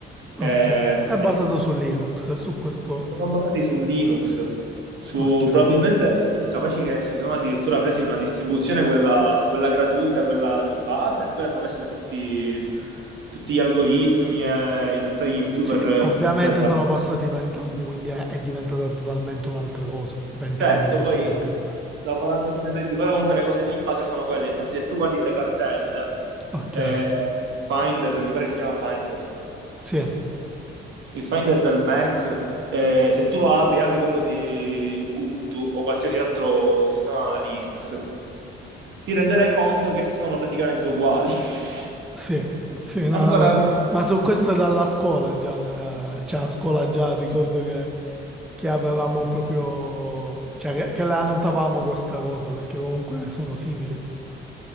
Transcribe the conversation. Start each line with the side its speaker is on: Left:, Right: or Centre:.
Centre: Ok,
Right: è,
Centre: è basato
Right: è
Centre: su Linux, su questo...
Right: sono basati su Linux, su,
Centre: Ok.
Right: probabilmente eh, capace che si sono addirittura presi una distribuzione, quella, quella gratuita, quella di base, e poi hanno messo tutti, tutti gli algoritmi e i dettagli in più
Centre: Sì,
Right: per eh,
Centre: ovviamente
Right: renderla.
Centre: sono passati vent'anni, quindi è, è diventata totalmente un'altra cosa. Vent'anni,
Right: Certo,
Centre: forse
Right: poi
Centre: di più.
Right: lavorandoci sempre di più, però comunque le cose di base sono quelle. Infatti, se tu guardi le cartelle,
Centre: Ok,
Right: eh, Finder, mi pare si chiama Finder,
Centre: sì,
Right: il Finder del Mac, eh, se tu lo apri, apri quello di Ubuntu o qualsiasi altro sistema Linux, ti renderai conto che sono praticamente uguali. <laughs>
Centre: sì, sì, no,
Right: Ancora
Centre: no.
Right: Mm.
Centre: Ma su questo dalla scuola già, ma, eh, cioè a scuola già ricordo che, che avevamo proprio... Cioè che, che la annotavamo questa cosa, perché comunque sono simili.